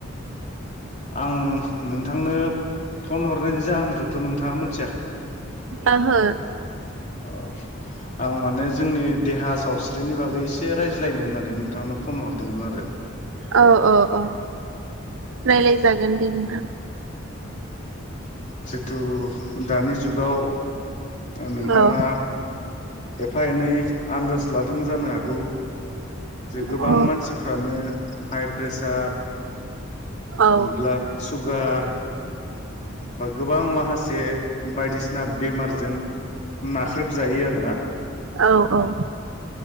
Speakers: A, on the left; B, on the right.
A: आं नोंथांनो फन हरनायनि जाहोनखौथ' नोंथाङा मोन
B: ओहो।
A: अ आं माने जोंनि देहा साव स्रिनि बागै एसे रायज्लायनो होननानै नोंथांनो फन हरदोंमोन आरो।
B: औ औ औ। रायलाय जागोन दे नोंथां।
A: जितु दानि जुगाव नोंथाङा
B: औ
A: एफा एनै आन्दाज लादों जानो हागौ। जे गोबां
B: औ
A: मानसिफ्रानो हाइ प्रेसार
B: औ
A: ब्लाड सुगार बा गोबां माखासे बायदिसिना बेमारजों नाख्रेबजायो आरोना।
B: औ औ।